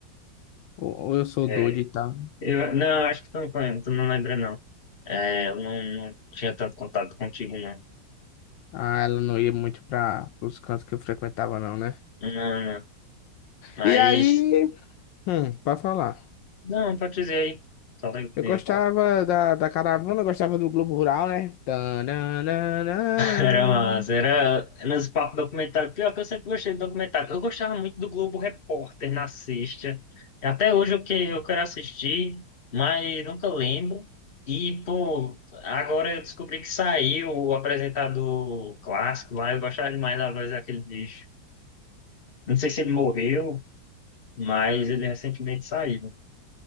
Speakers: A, on the left; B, on the left.
A: Ou, ou eu sou
B: É,
A: doido e tal.
B: eu, não, acho que tu não, conhe- tu não lembra, não. É, eu não, não tinha tanto contato contigo, não.
A: Ah, ela não ia muito para os cantos que eu frequentava, não, né?
B: Não, não. Mas,
A: E aí, hum, pra falar.
B: não, pode dizer aí. Só daí que
A: Eu
B: eu
A: gostava
B: ia falar.
A: da, da caravana, gostava do Globo Rural, né? Tananana.
B: Era massa, era nos papos documentários. Pior que eu sempre gostei de documentário. Eu gostava muito do Globo Repórter na sexta. Até hoje o que eu quero assistir, mas nunca lembro. E, pô, agora eu descobri que saiu o apresentador clássico lá. Eu gostava demais da voz daquele bicho. Não sei se ele morreu, mas ele recentemente saiu.